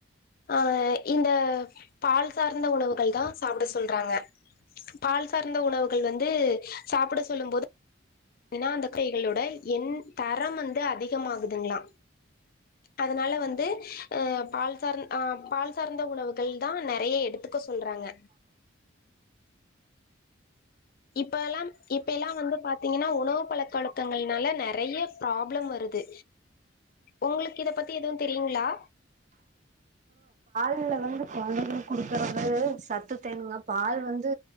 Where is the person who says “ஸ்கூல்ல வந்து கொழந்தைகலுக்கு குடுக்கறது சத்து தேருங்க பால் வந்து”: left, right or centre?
Right